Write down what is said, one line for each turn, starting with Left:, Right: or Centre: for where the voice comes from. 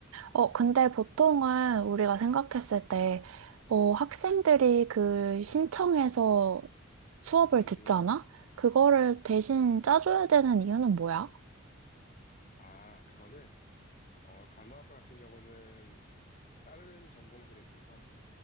Right: 어, 근데 보통은 우리가 생각했을 때, 어, 학생들이 그 신청해서 수업을
Left: 응응.
Right: 듣잖아? 그거를 대신 짜줘야 되는 이유는 뭐야?
Left: 아, 그거는 어, 간호학과 같은 경우는 다른 전공들에 비해서